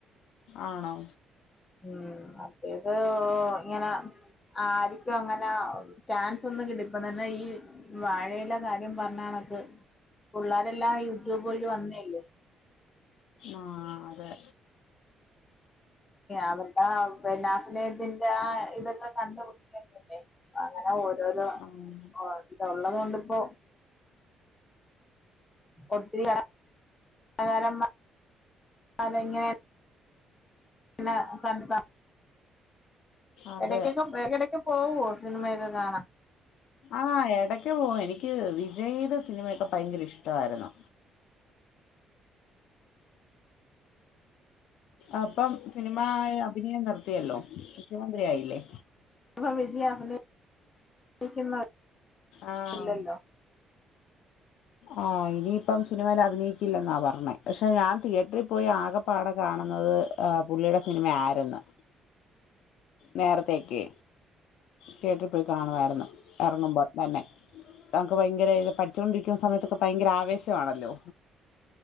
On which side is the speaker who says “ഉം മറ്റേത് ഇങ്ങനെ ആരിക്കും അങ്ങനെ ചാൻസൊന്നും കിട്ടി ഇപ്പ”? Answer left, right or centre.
Left